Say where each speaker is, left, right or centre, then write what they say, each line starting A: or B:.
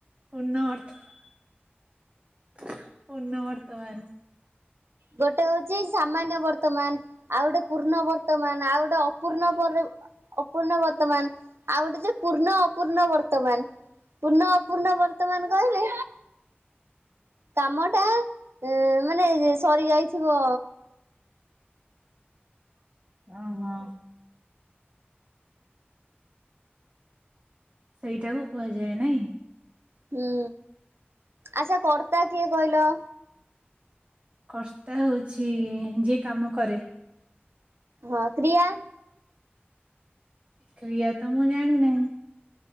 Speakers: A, on the right; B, on the right.
A: ପୂର୍ଣ ବର୍ତ୍ତମାନ୍ ପୂର୍ଣ ବର୍ତ୍ତମାନ୍।
B: ଗୋଟେ ହଉଚି ସାମାନ୍ୟ ବର୍ତ୍ତମାନ୍ ଆଉ ଗୋଟେ ପୂର୍ଣ୍ଣ ବର୍ତ୍ତମାନ୍, ଆଉ ଗୋଟେ ଅପୂର୍ଣ୍ଣ ପରେ ଅପୂର୍ଣ୍ଣ ବର୍ତ୍ତମାନ୍, ଆଉ ଗୋଟେ ଯୋଉ ପୂର୍ଣ୍ଣ ଅପୂର୍ଣ୍ଣ ବର୍ତ୍ତମାନ୍ ପୂର୍ଣ୍ଣ ଅପୂର୍ଣ୍ଣ ବର୍ତ୍ତମାନ୍ କହିବେ କାମ ଟା ମାନେ ସରି ଯାଇଥିବ।
A: <unintelligible> ସେଇଟାକୁୁ କୁହାଯାଏ ନାଇଁ?
B: ହୁଁ, ଆଚ୍ଛା କର୍ତ୍ତା କିଏ କହିଲ?
A: କର୍ତ୍ତା ହଉଛି ଯିଏ କାମ କରେ।
B: ହଁ, କ୍ରିୟା?
A: କ୍ରିୟା ତ ମୁଁ ଜାଣିନାହିଁ।